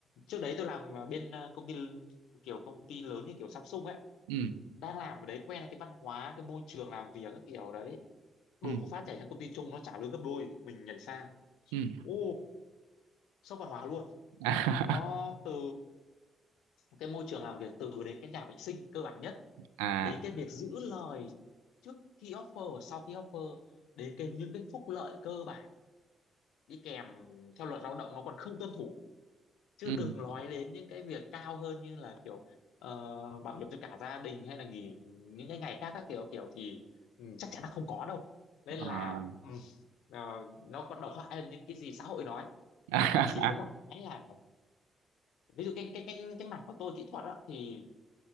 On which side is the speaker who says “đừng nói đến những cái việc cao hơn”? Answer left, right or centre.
Left